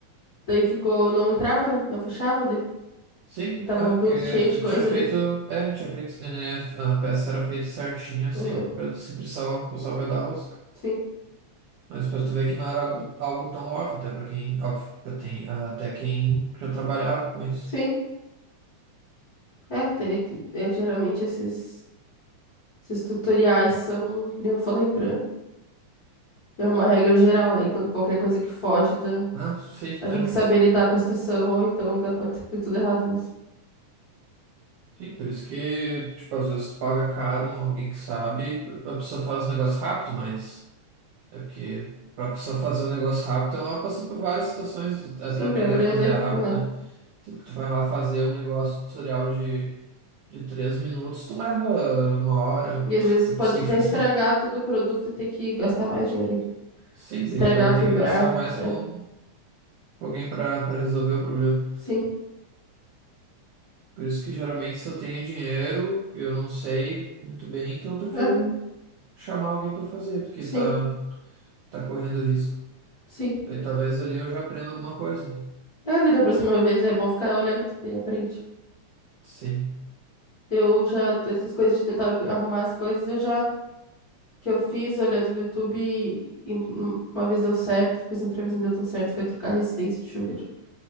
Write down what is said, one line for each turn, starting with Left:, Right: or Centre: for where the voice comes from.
Left: daí ficou. Não entrava, né? Não fechava, daí.
Right: Sim,
Left: Ele tava
Right: é, porque
Left: muito
Right: ele
Left: cheio
Right: f-
Left: de coisa
Right: tinha feito.
Left: ali.
Right: É, tinha feito. ele- é- a peça era feita certinha, assim,
Left: Uhum.
Right: pra se precisava usar o V da rosca.
Left: Sim.
Right: Mas pra tu ver que não era algo, algo tão óbvio, até pra quem. Óbvio, pra tem, até quem já trabalhava com isso.
Left: Sim. É, tem, é que- é, geralmente esses, esses tutoriais são, que nem eu falei pra. É uma regra geral aí, quando qualquer coisa que foge da.
Right: Ah, sim,
Left: Aí
Right: né?
Left: tem que saber lidar com a situação, ou então dá, pode ser que dê tudo errado, mas.
Right: Sim, por isso que, tipo, às vezes tu paga caro alguém que sabe, a pessoa faz o negócio rápido, mas é porque pra pessoa fazer o negócio rápido, ela passou por várias situações até
Left: Sim,
Right: aprender
Left: pra aprender.
Right: a fazer rápido,
Left: Uhum.
Right: né? Tipo, que tu vai lá fazer um negócio tutorial de De três minutos tomava uma hora
Left: E às vezes
Right: <laughs> pra
Left: pode
Right: conseguir
Left: até
Right: fazer.
Left: estragar todo o produto e ter que gastar mais dinheiro ainda.
Right: Sim,
Left: Estragar,
Right: daí ainda vai
Left: quebrar.
Right: ter que gastar mais
Left: É.
Right: com com alguém pra para resolver o problema.
Left: Sim.
Right: Por isso que geralmente se eu tenho dinheiro, eu não sei muito bem, então eu prefiro
Left: É.
Right: chamar alguém pra fazer, porque
Left: Sim.
Right: tá, tá correndo risco.
Left: Sim.
Right: Daí talvez ali eu já aprenda alguma coisa. né?
Left: É, daí da próxima vez é bom ficar olhando e aprende.
Right: Sim.
Left: Eu já, essas coisas de tentar orga- arrumar as coisas, eu já, que eu fiz olhando no YouTube e, e um- um, uma vez deu certo, depois outra vez não deu tão certo, foi trocar a resistência de chuveiro.